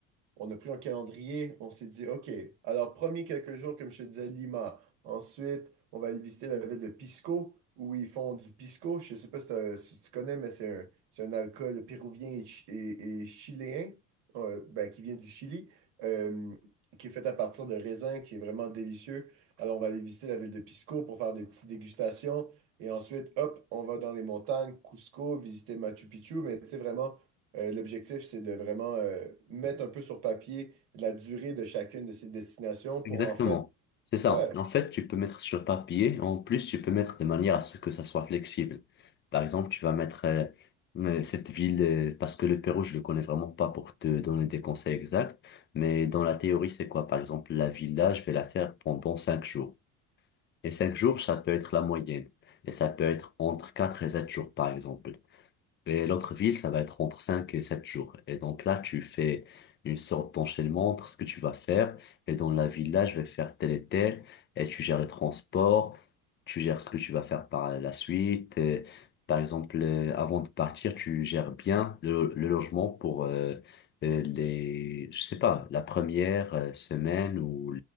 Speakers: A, on the right; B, on the left.
A: on a pris un calendrier. On s'est dit, OK, alors, premier quelques jours, comme je te disais, Lima. Ensuite, on va aller visiter la ville de Pisco, où ils font du pisco. Je sais pas si, t'as- si tu connais, mais c'est un, c'est un alcool péruvien et, chi- et- et chiléen, euh, ben, qui vient du Chili, euh, qui est fait à partir de raisins, qui est vraiment délicieux. Alors, on va aller visiter la ville de Pisco pour faire des petites dégustations. Et ensuite, hop, on va dans les montagnes, Cusco, visiter Machu Picchu. Mais tu sais, vraiment, euh, l'objectif, c'est de vraiment euh, mettre un peu sur papier la durée de chacune de ces destinations pour
B: Exactement.
A: en fait,
B: C'est ça.
A: ouais,
B: En fait, tu peux mettre sur papier. En plus, tu peux mettre de manière à ce que ça soit flexible. Par exemple, tu vas mettre euh, euh, cette ville, euh, parce que le Pérou, je le connais vraiment pas pour te donner des conseils exacts. Mais dans la théorie, c'est quoi? Par exemple, la ville là, je vais la faire pendant cinq jours. Et cinq jours, ça peut être la moyenne. Et ça peut être entre quatre et sept jours, par exemple. Et l'autre ville, ça va être entre 5 et 7 jours. Et donc là, tu fais une sorte d'enchaînement entre ce que tu vas faire. Et dans la ville, là, je vais faire tel et tel. Et tu gères le transport. Tu gères ce que tu vas faire par la suite. Et par exemple, euh, avant de partir, tu gères bien le, lo- le logement pour euh, euh, les, je sais pas, la première euh, semaine ou